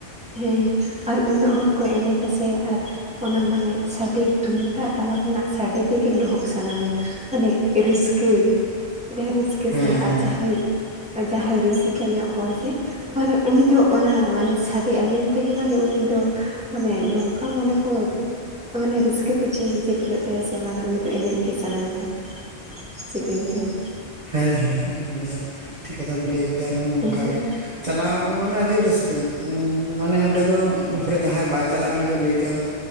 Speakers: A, in the centre; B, on the right.
A: ᱦᱮᱸ ᱦᱮᱸ ᱟᱨ ᱩᱱᱟᱹᱜ ᱦᱚᱲ ᱠᱚ ᱮᱱᱮᱡᱼᱟ ᱥᱮ ᱟᱨ ᱚᱱᱟ ᱢᱟᱱᱮ ᱥᱟᱰᱮ ᱛᱩᱢᱫᱟᱜ ᱴᱟᱢᱟᱠ ᱨᱮᱱᱟᱜ ᱥᱟᱰᱮ ᱛᱮᱜᱮ ᱞᱩᱦᱩᱠ ᱥᱟᱱᱟ ᱢᱮᱭᱟ᱾ ᱢᱟᱱᱮ ᱨᱟᱹᱥᱠᱟᱹ ᱡᱟᱦᱟᱸ ᱨᱟᱹᱥᱠᱟᱹ
B: ᱦᱮᱸ
A: ᱥᱮ
B: ᱦᱮᱸ
A: ᱟᱨ ᱡᱟᱦᱟᱸᱭ ᱡᱟᱦᱟᱸᱭ ᱨᱩᱥᱤᱠᱟ ᱧᱚᱜ ᱦᱚᱲ ᱥᱮ ᱢᱟᱱᱮ ᱩᱱᱤ ᱫᱚ ᱚᱱᱟ ᱢᱟᱱᱮ ᱥᱟ ᱰᱮ ᱟᱸᱡᱚᱢ ᱛᱮᱜᱮ ᱢᱟᱱᱮ ᱩᱱᱤ ᱫᱚ ᱢᱟᱱᱮ ᱱᱚᱝᱠᱟ ᱢᱚᱱᱮ ᱠᱚ ᱢᱟᱱᱮ ᱨᱟᱹᱥᱠᱟᱹ ᱛᱮ ᱪᱮᱦᱮᱞ ᱪᱮᱯᱮᱞᱚᱜ ᱛᱟᱭᱟ ᱥᱮ ᱢᱟᱱᱮ ᱩᱱᱤ ᱫᱚ ᱮᱱᱮᱡ ᱜᱮ ᱥᱟᱱᱟᱭᱭᱟᱸ ᱪᱮᱜᱠᱳᱭᱤᱧ ᱞᱟ. ᱭ- ᱟ
B: ᱦᱮᱸ ᱦᱮᱸ ᱮᱠᱫᱚᱢ ᱮᱠᱫᱚᱢ ᱴᱷᱤᱠ ᱠᱟᱛᱷᱟ ᱵᱮᱱ ᱞᱟᱹᱭ ᱠᱟᱫᱟ ᱟᱨ ᱱᱚᱝᱠᱟ
A: ᱦᱮᱸ
B: ᱪᱟᱞᱟᱣ ᱢᱟᱱᱮ ᱟᱹᱰᱤ ᱨᱟᱹᱥᱠᱟᱹ ᱢᱟᱱᱮ ᱚᱸᱰᱮ ᱫᱚ ᱦᱚᱲ ᱡᱟᱦᱟᱸᱭ ᱵᱟᱭ ᱪᱟᱞᱟᱜᱼᱟ ᱩᱱᱤ ᱫᱚ ᱞᱟᱹᱭ ᱛᱮᱦᱚᱸ